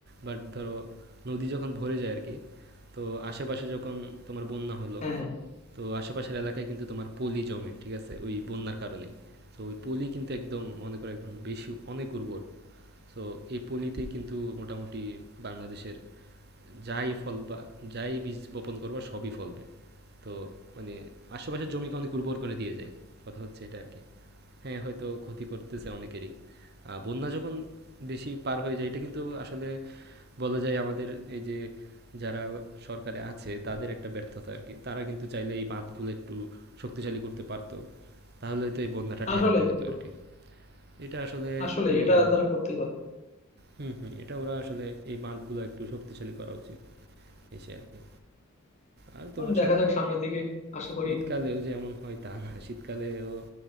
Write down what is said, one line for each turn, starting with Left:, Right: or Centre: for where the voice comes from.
Right: বাট ধরো নদী যখন ভরে যায় আরকি, তো আশেপাশে যখন তোমার বন্যা হলো,
Left: হ্যাঁ
Right: তো আশেপাশের এলাকায় কিন্তু তোমার পলি জমে, ঠিক আছে? ওই বন্যার কারণেই। তো ওই পলি কিন্তু একদম মনে করো একদম বেশি অনেক উর্বর। তো এই পলিতেই কিন্তু মোটামুটি বাংলাদেশের যাই ফল বা যাই বীজ বপন করবা সবই ফলবে। তো মানে আশেপাশের জমিকে অনেক উর্বর করে দিয়ে যায় কথা হচ্ছে এটা আর কি হ্যাঁ হয়তো ক্ষতি করতেছে অনেকেরই আহ, বন্যা যখন বেশি পার হয়ে যায় এটা কিন্তু আসলে বলা যায় আমাদের এই যে যারা সরকারে আছে তাদের একটা ব্যর্থতা আর কি তারা কিন্তু চাইলে এই বাঁধগুলো একটু শক্তিশালী করতে পারতো তাহলে তো এই বন্যাটা
Left: আসলেই
Right: ঠেকানো যেত
Left: বন্ধু
Right: আর কি এটা আসলে
Left: আসলে
Right: কি
Left: এটা
Right: বলবো
Left: তারা করতেই পারতো
Right: হুম হুম এটা ওরা আসলে এই বাঁধগুলো একটু শক্তিশালী করা উচিত এসে আর কি আর
Left: এখন
Right: তোমার
Left: দেখা
Right: শীত
Left: যাক সামনের দিকে আশা করি
Right: শীতকালেও যেমন হয় তা না শীতকালেও